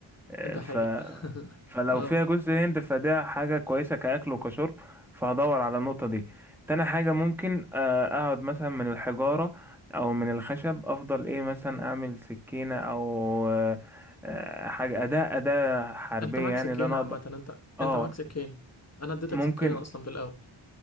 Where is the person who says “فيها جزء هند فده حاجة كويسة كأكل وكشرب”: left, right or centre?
Centre